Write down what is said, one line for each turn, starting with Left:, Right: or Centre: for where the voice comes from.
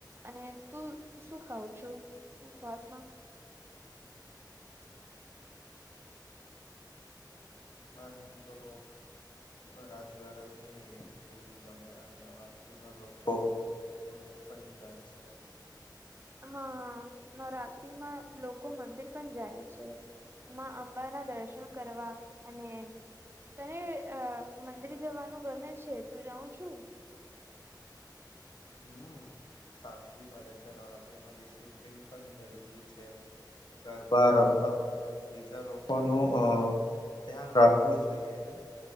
Right: અને તું શું ખાવ છું ઉપવાસ માં?
Left: મને તો આ રાજગરાની પૂરી ગમે. અને <inaudible> ના લોકો <inaudible> બની જાય છે.
Right: હા નવરાત્રીમાં લોકો મંદિર પણ જાય છે. માં અંબા ના દર્શન કરવા. અને તને અહ મંદિર જવાનું ગમે છે? તું જાઉં છું?
Left: <inaudible> હમ્મ. શાંતિ મળે છે. નવરાત્રિમાં ડિસીપ્લીન પણ જરૂરી છે. ગરબા
Right: હા
Left: રમતા વખત બીજા લોકો નું અહ ધ્યાન રાખવું જોઈએ ને.